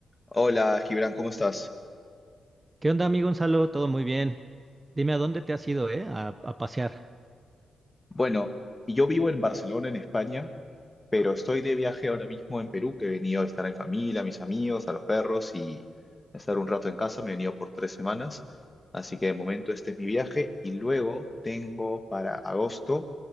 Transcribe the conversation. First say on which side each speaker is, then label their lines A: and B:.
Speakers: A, on the left (about 20°); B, on the right (about 20°).
A: Hola, Gibran, ¿cómo estás?
B: ¿Qué onda, amigo Gonzalo? Todo muy bien. Dime a dónde te has ido, ¿eh? A, a pasear.
A: Bueno, yo vivo en Barcelona, en España, pero estoy de viaje ahora mismo en Perú, que he venido a estar en familia, a mis amigos, a los perros y a estar un rato en casa. Me he venido por tres semanas, así que de momento este es mi viaje y luego tengo para agosto